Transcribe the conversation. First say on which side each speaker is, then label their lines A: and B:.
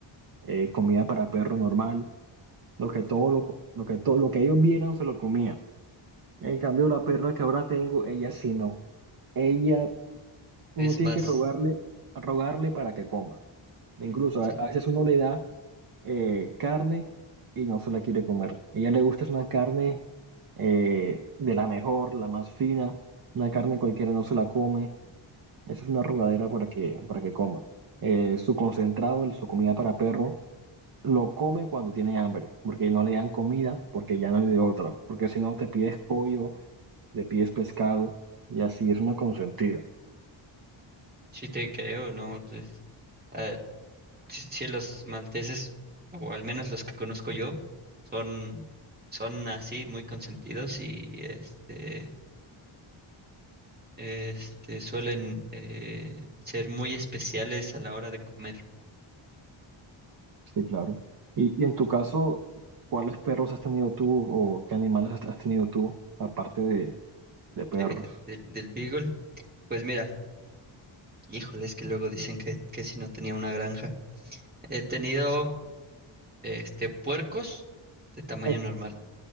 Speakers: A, on the right; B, on the right.
A: eh, comida para perro normal. Lo que todo lo, co- lo que todo, lo que ellos vieran se lo comían. En cambio, la perra que ahora tengo, ella sí no. Ella, uno
B: Es
A: tiene
B: más,
A: que rogarle, rogarle para que coma. Incluso
B: mm, sí,
A: a a veces uno le da eh, carne y no se la quiere comer. ella le gusta es una carne eh, de la mejor, la más fina, una carne cualquiera no se la come, eso es una arrugadera para que, para que coma. Eh, su concentrado, su comida para perro, lo come cuando tiene hambre, porque no le dan comida, porque ya no hay de otra, porque si no te pides pollo, te pides pescado, y así es una consentida.
B: sí te creo, ¿no? Es- ah, sí, sí los malteses, o al menos los que conozco yo, son, son así muy consentidos y este, este suelen eh, ser muy especiales a la hora de comer
A: Sí, claro. Y, y en tu caso, ¿cuáles perros has tenido tú o qué animales has has tenido tú, aparte de, de perros.
B: de, del del Beagle. Pues mira. Híjole, es que luego dicen que, que si no tenía una granja. He tenido este puercos de tamaño
A: Eh,
B: normal,